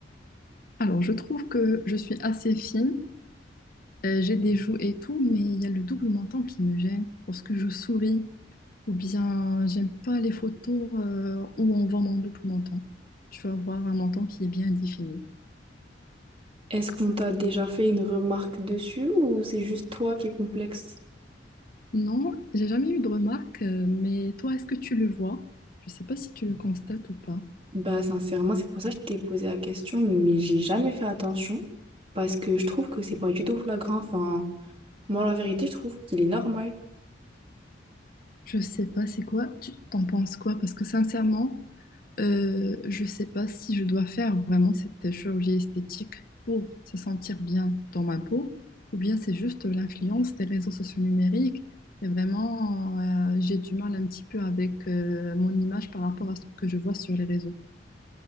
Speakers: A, on the left; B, on the right.
A: Alors, je trouve que je suis assez fine, euh, j'ai des joues et tout, mais il y a le double menton qui me gêne lorsque je souris ou bien j'aime pas les photos euh, où on voit mon double menton. Je veux avoir un menton qui est bien défini.
B: Est-ce qu'on t'a déjà fait une remarque dessus ou c'est juste toi qui est complexe?
A: Non, j'ai jamais eu de remarque. euh, mais toi, est-ce que tu le vois? Je sais pas si tu le constates ou pas.
B: Bah sincèrement, c'est pour ça que je t'ai posé la question, mais j'ai jamais fait attention parce que je trouve que c'est pas du tout flagrant. Enfin, moi la vérité, je trouve qu'il est normal.
A: Je sais pas, c'est quoi? Tu t'en penses quoi? Parce que sincèrement, Euh, je ne sais pas si je dois faire vraiment cette chirurgie esthétique pour se sentir bien dans ma peau, ou bien c'est juste l'influence des réseaux sociaux numériques. Et vraiment, euh, j'ai du mal un petit peu avec euh, mon image par rapport à ce que je vois sur les réseaux.